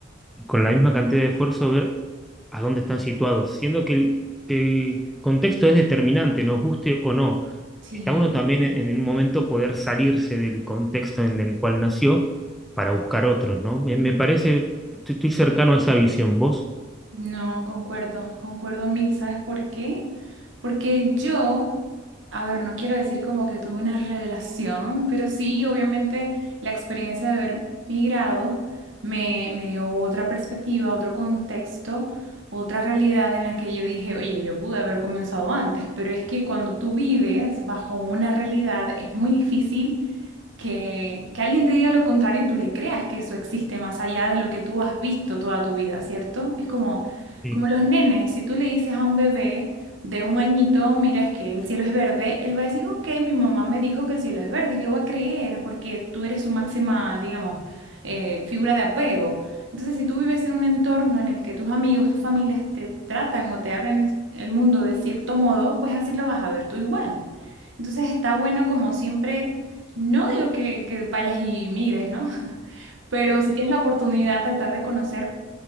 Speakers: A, in the centre; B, on the right.
A: y con la misma cantidad de esfuerzo ver a dónde están situados, siendo que el, que el contexto es determinante, nos guste o no.
B: Sí.
A: Está uno también en, en un momento poder salirse del contexto en el cual nació para buscar otros, ¿no? Me, me parece, estoy, estoy cercano a esa visión, ¿vos?
B: No, concuerdo, concuerdo mil, ¿sabes por qué? Porque yo, a ver, no quiero decir como que tuve una revelación, pero sí, obviamente la experiencia de haber migrado me, me dio otra perspectiva, otro contexto, otra realidad en la que yo dije, oye, yo pude haber comenzado antes, pero es que cuando tú vives bajo una realidad es muy difícil que, que alguien te diga lo contrario y tú le creas que eso existe más allá de lo que tú has visto toda tu vida, ¿cierto? Es como,
A: Sí,
B: como los nenes, si tú le dices a un bebé de un añito, mira, es que el cielo es verde, él va a decir, ok, mi mamá me dijo que el cielo es verde y lo va a creer porque tú eres su máxima, digamos, eh, figura de apego. Entonces, si tú vives en un entorno en el que tus amigos, tus familias te tratan o te abren el mundo de cierto modo, pues así lo vas a ver tú igual. Entonces está bueno como siempre no digo que, que vayas y migres, ¿no? Pero si tienes la oportunidad, tratar de conocer